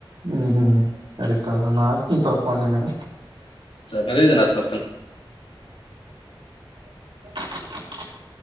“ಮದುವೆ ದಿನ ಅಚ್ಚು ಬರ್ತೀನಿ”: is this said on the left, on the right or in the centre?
Left